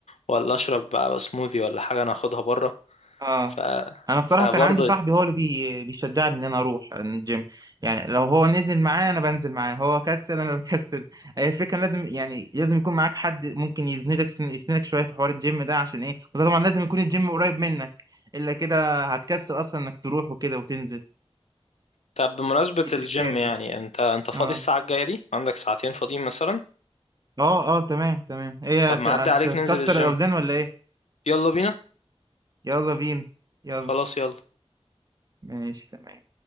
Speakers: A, on the left (about 85°); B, on the right (about 35°).
A: ولا اشرب بقى سموذي ولا حاجه انا اخدها بره
B: اه
A: ف
B: انا بصراحه
A: فبرضه
B: كان عندي صاحبي هو اللي بي... بيشجعني ان انا اروح الجيم يعني لو هو نزل معايا انا بنزل معاه هو كسل انا <laughs> بكسل هي الفكره لازم يعني لازم يكون معاك حد ممكن يسندك يسندك شويه في حوار الجيم ده عشان ايه وده طبعا لازم يكون الجيم قريب منك الا كده هتكسل اصلا انك تروح وكده وتنزل
A: طب بمناسبة
B: دي
A: الجيم
B: تريكات
A: يعني
B: دي
A: انت انت فاضي
B: اه
A: الساعة الجاية دي عندك ساعتين فاضيين مثلا
B: اه اه تمام تمام هي
A: طب
B: هت-
A: معدي عليك
B: هتكسر
A: ننزل الجيم
B: الاوزان ولا ايه
A: يلا بينا
B: يلا بينا يلا
A: خلاص يلا
B: ماشي تمام